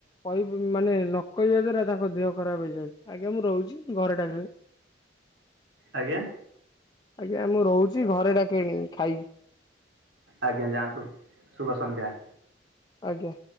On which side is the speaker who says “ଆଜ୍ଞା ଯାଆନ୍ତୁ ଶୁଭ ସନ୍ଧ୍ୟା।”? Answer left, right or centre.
Right